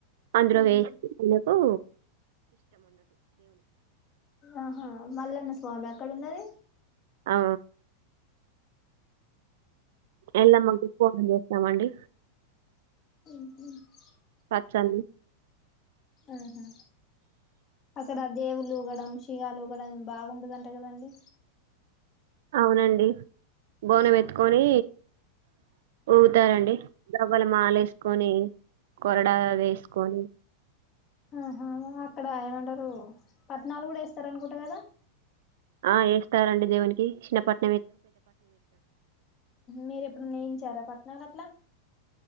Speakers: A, on the right; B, on the left.
A: అందులో
B: ఉమ్
A: వే ఓ
B: ఆహా మల్లన్న స్వామి అక్కడ ఉన్నది
A: ఆ ఎల్లమ్మ ఫోన్ చేస్తామండి
B: <inaudible>
A: తల్లి
B: ఆహా అక్కడ దేవుళ్ళ ఉగడం గాలుగడం బాగుంటదంట కదండి
A: అవునండి బోనం ఎత్తుకొని ఊగుతారంండి ఇల మాల వేసుకొని కొరడా వేసుకొని
B: ఆహ అక్కడ ఏమంటారు పట్టణాలు కూడా వేస్తారనుకుంటా కదా
A: ఆ వేస్తారంండి దేవునికి చిన్నపట్
B: మీరు ఎప్పుడు నేయించారా పట్టనాలు అట్లా